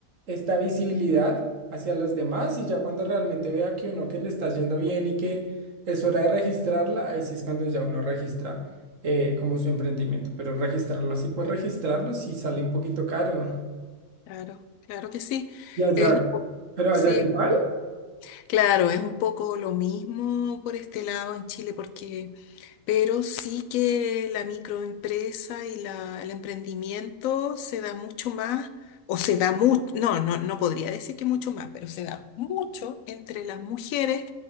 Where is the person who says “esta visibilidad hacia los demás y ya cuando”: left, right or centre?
Right